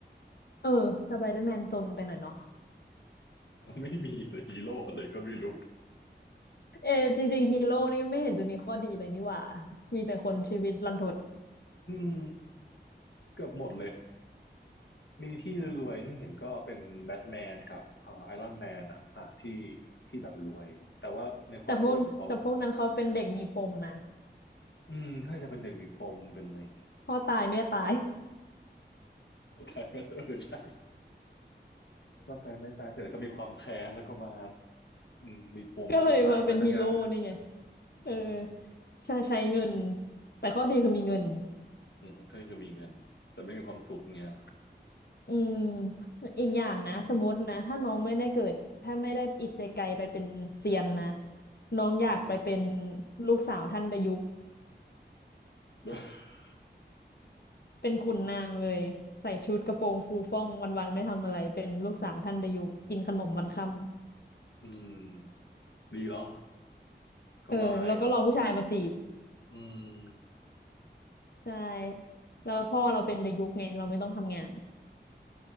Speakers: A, on the left (about 60°); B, on the left (about 80°).
A: เออสไปเดอร์แมนจนไปหน่อยเนาะ
B: <laughs> ไม่มีเลยฮีโร่เลยก็ไม่รู้
A: เออจริงๆฮีโร่นี่ไม่เห็นจะมีข้อดีเลยนี่หว่ามีแต่คนชีวิตรันทด
B: อืมเกือบหมดเลยมีที่รวยๆที่เห็นก็เป็นแบทแมนกับเอ่อไอรอนแมนอะอ่ะที่ที่แบบรวยแต่ว่าในความรวยของเขา
A: แต่พวกแต่พวกนั้นเขาเป็นเด็กมีปมนะ
B: อืมถ้าจะเป็นเด็กมีปมเป็นอะไรอย่างเงี้ย <laughs>
A: พ่อตายแม่ตาย
B: เข้ามเออใช่ ร่างกายไม่ตายเสร็จแล้วก็มีความแค้นแล้วก็มาอืมมีปมแล้วก็สร้างอะไรสักอย่าง
A: <laughs> ก็เลยมาเป็นฮีโร่นี่ไง
B: อืม
A: เออใช้ใช้เงินแต่ข้อดีคือมีเงิน
B: อืมก็คือมีเงินแต่ไม่มีความสุขเงี้ย
A: อืมอีกอย่างนะสมมตินะถ้าน้องไม่ได้เกิดถ้าไม่ได้อิเซไกไปเป็นเซียนนะน้องอยากไปเป็น
B: อืม
A: ลูกสาวท่านดายุก
B: <laughs>
A: เป็นขุนนางเลยใส่ชุดกระโปรงฟูฟ่องวันๆไม่ทำอะไรเป็นลูกสาวท่านดายุกินขนมวันค่ำ
B: อืมดีเหรอสบาย
A: เออแล้วก็รอผู้ชายมาจีบ
B: อืม
A: ใช่แล้วพ่อเราเป็นดายุกไงเราไม่ต้องทำงาน